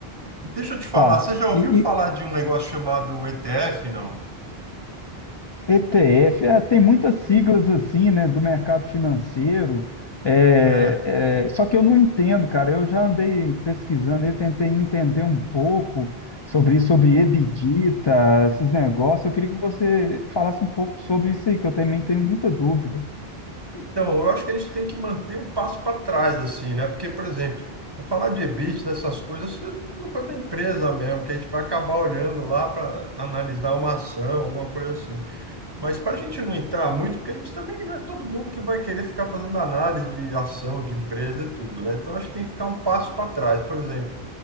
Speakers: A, on the right; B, on the left.
A: E deixa eu te falar,
B: Tá.
A: você já ouviu
B: E,
A: falar de um negócio chamado ETF, não?
B: ETF, é, tem muitas siglas assim, né, do mercado financeiro, é,
A: É,
B: é, só que eu não entendo, cara. Eu já andei pesquisando, eu tentei entender um pouco sobre isso,
A: Uhum.
B: sobre EBITDA, esses negócios. Eu queria que você falasse um pouco sobre isso aí, que eu também tenho muita dúvida.
A: Então, eu acho que a gente tem que manter um passo para trás, assim, né? Porque, por exemplo, eu falar de EBIT, dessas coisas, isso é tudo coisa da empresa mesmo, que a gente vai acabar olhando lá para analisar uma ação, alguma coisa assim. Mas para a gente não entrar muito, porque a gente também não é todo mundo que vai querer ficar fazendo análise de ação, de empresa e tudo, né? Então, acho que tem que ficar um passo para trás. Por exemplo,